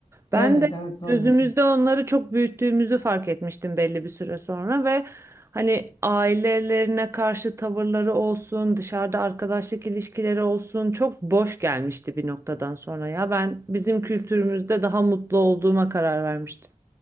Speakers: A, on the left; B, on the right.
A: Evet
B: Ben de
A: evet doğru
B: gözümüzde
A: diyorsun.
B: onları çok büyüttüğümüzü fark etmiştim belli bir süre sonra ve hani ailelerine karşı tavırları olsun, dışarıda arkadaşlık ilişkileri olsun çok boş gelmişti bir noktadan sonra ya. Ben bizim kültürümüzde daha mutlu olduğuma karar vermiştim.